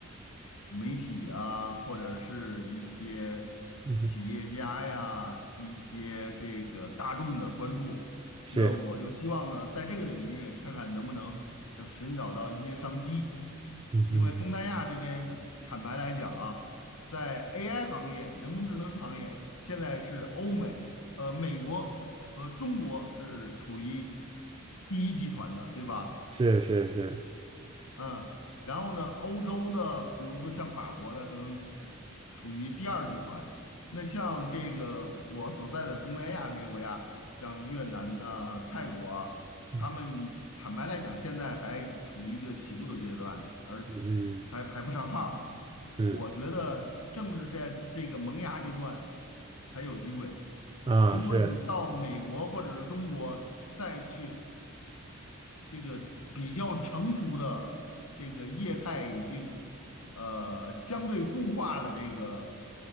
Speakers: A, on the left (about 80°); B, on the right (about 20°).
A: 媒体啊，或者是一些企业家呀，
B: 嗯哼，
A: 一些这个大众的关注。
B: 是，
A: 那我就希望呢，在这个领域看看能不能找寻找到一些商机，
B: 嗯哼，
A: 因为东南亚这边坦白来讲啊，在 AI 行业、人工智能行业，现在是欧美、呃美国和中国是处于第一集团的，对吧？
B: 是是是，
A: 嗯，然后呢，欧洲的，比如说像法国的，可能一处于第二集团。那像这个我所在的东南亚这些国家，像越南的、泰国啊他们坦白来讲，
B: 嗯
A: 现在还处于一个起步的阶段，而还排不上号儿
B: 嗯嗯，
A: 我觉得正是在这个萌芽阶段才有机会。
B: 啊，
A: 如果你到美国或者是中国再去。
B: 是
A: 这个比较成熟的这个业态已经呃相对固化的这个